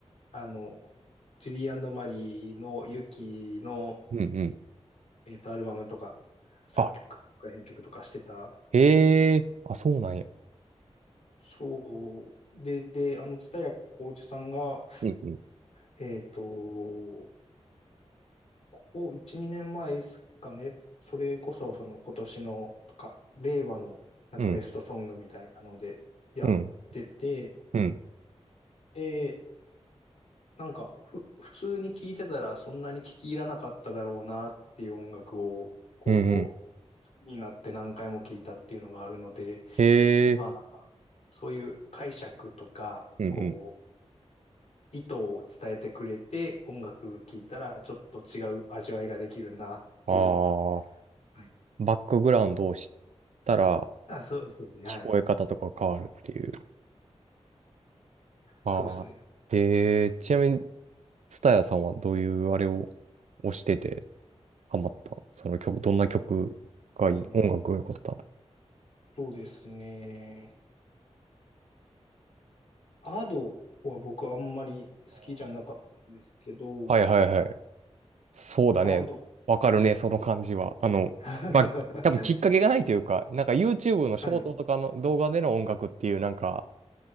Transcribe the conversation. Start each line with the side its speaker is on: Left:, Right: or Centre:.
Left: あの、ジュリーマリーのユキの、
Right: うんうん。
Left: えっと、アルバムとか、作曲とか編曲とかしてた。
Right: あ、へえ。あ、そうなんや。
Left: そう。で、で、あの、蔦谷好位置さんが、
Right: うんうん。
Left: えっと、ここ1、2年前ですかね。それこそ、その今年のとか、令和のなんかベストソングみたいなのでやってて、
Right: うん。うん。うん。
Left: で、なんかふ、普通に聴いてたらそんなに聴き入らなかっただろうなっていう音楽を、こう、
Right: うんうん。
Left: 好きになって何回も聴いたっていうのがあるので、
Right: へ
Left: あ、
Right: え。
Left: なんか、そういう解釈とか、
Right: うんうん。
Left: こう、意図を伝えてくれて、音楽聴いたらちょっと違う味わいができるなっていうのを。
Right: ああ、
Left: はい
Right: バックグラウンドを知ったら、
Left: あ、そう、そうですね。
Right: 聞こえ方とか変わるっていう。
Left: はい。
Right: はい。
Left: そうですね。
Right: えー、ちなみに、ツタヤさんはどういうあれを推しててハマったのその曲、どんな曲がいい音楽が良かった
Left: ねそうですね。アドは僕あんまり好きじゃなかったんですけど、
Right: ああー、はいはいはい。そうだね。
Left: アド、
Right: わかるね、
Left: はい。
Right: その感じは。あの、
Left: <laughs>
Right: まあ、多分きっかけがないというか、なんか YouTube のショートとかの動画での音楽っていうなんか
Left: はい。